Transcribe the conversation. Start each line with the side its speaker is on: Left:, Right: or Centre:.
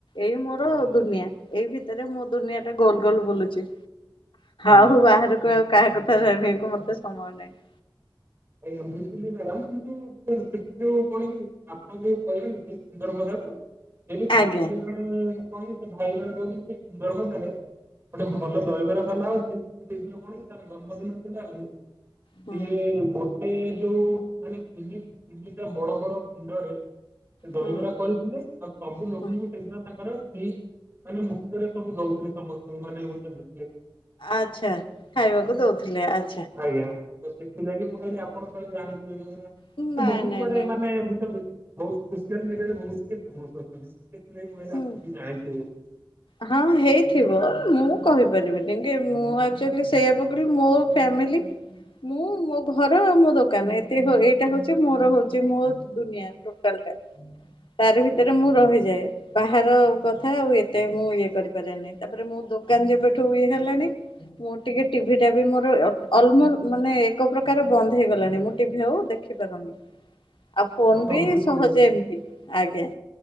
Left: ଏଇ ମୋର
Right: ଆଜ୍ଞା।
Left: ଦୁନିଆ ଏଇ ଭିତରେ ମୁୋ ଦୁନିଆ ଟା ଗୋଲ ଗୋଲ ବୁଲୁଛି
Right: ଆଜ୍ଞା
Left: ଆଉ ବାହାରକୁ ଆଉ କାହା କଥା ଜାଣିବାକୁ ମତେ ସମୟ ନାହିଁ
Right: ଆଜ୍ଞା ବୁଝିଲି ମ୍ୟାଡାମ କିନ୍ତୁ ସେଠି ଯୋଉ କଣ କି ଆପଣ ଯୋଉ କହିଲେ ସୁନ୍ଦର କଥାକୁ ହେ ପାାତ
Left: ଆଜ୍ଞା
Right: ଚାରି ଜଣ କଣ ଭାଇ ଜଣ ରହୁଛନ୍ତି ସୁନ୍ଦର ହଜାରେ ଗୋଟେ
Left: ହୁଁ
Right: ଭଲ ଦହିବରା ପା ଅଛି ଦେଇ କଣ କି ତାର ଜନ୍ମଦିନ
Left: ହୁଁ
Right: ଇଏ ଗୋଟେ ଯୋଉ ମାନେ ତିନି ତିନିଟା ବଡ ବଡ କୁଣ୍ଡରେ ସେ ଦହିବରା
Left: ହୁଁ
Right: କରିଥିଲେ ଆଉ ସବୁ ଲୋକ
Left: ହୁଁ
Right: ହ ସେଦିନ ତାଙ୍କର ସ୍ତ୍ରୀ ମାନେ ମୁଖରେ ସବୁ ଦଉଥିଲେ ସମସ୍ତଙ୍କୁ ମାନେ ଗୋଟେ ମୁ
Left: ଆଚ୍ଛା ଖାଇବାକୁ ଦଉଥିଲେ ଆଚ୍ଛା
Right: ଆଜ୍ଞା ବିଲା ମୁଁ କହିଲି ଆପଣଙ୍କ କଳେ ଜାଣିଥିବେ ସେ
Left: ହଁ ନାଇଁ
Right: ବହୁତ
Left: ନାଇଁ
Right: କୁଡେ
Left: ନାଇଁ
Right: ମାନେ ବୁଝଛନ୍ତି ବହୁତ ସୋଲ ମିଡିଆରେ ବହୁତ କେ ଫେମସଣ
Left: ହୁଁ
Right: ଯାଛ
Left: ହଁ ହେଇଥିବ ମୁଁ କହିପାରିବିନିନି
Right: ଆଜ୍ଞା
Left: କି ମୁଁ ଆ ସେଇଆ ପକ ମୋ ଫ୍ୟାମିଲି ମୁଁ ମୋ ଘର ଆଉ ମୋ ଦୋକାନ ଦୋକାନ ଏତ ଏଇଟା ହଉଛି ମୋର ହଉଚଛି ମୋ ଦୁନିଆ ଟୋଟାଲ ଟା ତାର ଭିତରେ
Right: ବୁଝିଲି
Left: ମୁଁ
Right: ବୁଝିଲି
Left: ରହିଯାଏ ବାହାର କଥା ଆଉ ମେ ମୁଁ ଇଏ କରିପାରିନି ତାପରେ ମୋ ଦୋକାନ ଯେବେଠୁ ଇଏ ହେଲାଣି ମୁଁ ଟିକେ ଟିଭି ଟା ବି ମୋର ଅଲମୋଷ୍ଟ ମାନେ ଏକ ପ୍ରକାର ବନ୍ଦ ହେଇଗଲାଣିୋ ଟିଭି ହଉ ଦେଖିପାରୁନି ଆଉ ଫୋନ
Right: ହଁ ହଁ
Left: ବି
Right: ବୁଝିଲି।
Left: ସହଜେ ଏମିତି ଆଜ୍ଞା